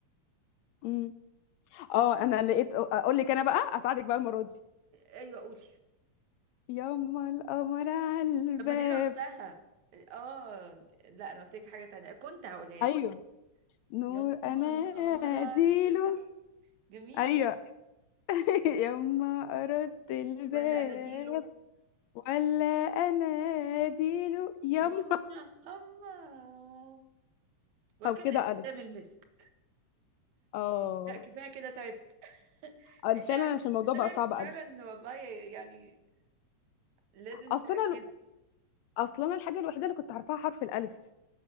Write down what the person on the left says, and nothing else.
امم اه انا لقيت اقول لك انا بقى اساعدك بقى المرة دي
يما القمر على الباب
ايوه
نور
أنا
ديل
أيوة <laughs> يما أرد الباب
ولا أنا ديل يما
طب كده
ألف
اه
آه،
فعلا عشان الموضوع
بقى صعب
ألف
أصل
أنا أصل أنا الحاجة الوحيدة اللي كنت عارفاها حرف الألف